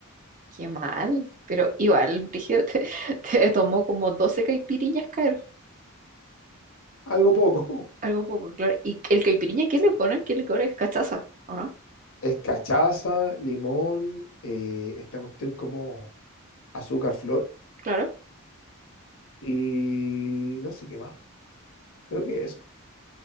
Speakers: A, on the right; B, on the left.
A: Qué mal. Pero igual, Brígido, <laughs> te, te tomó como 12 caipirinhas caer.
B: Algo poco. <laughs>
A: Algo poco, claro. ¿Y el caipirinha qué le ponen? ¿Qué licor es? ¿Cachaza? ¿O no?
B: Es cachaza, limón, eh, esta cuestión como azúcar, flor
A: Claro,
B: y no sé qué más. Creo que eso.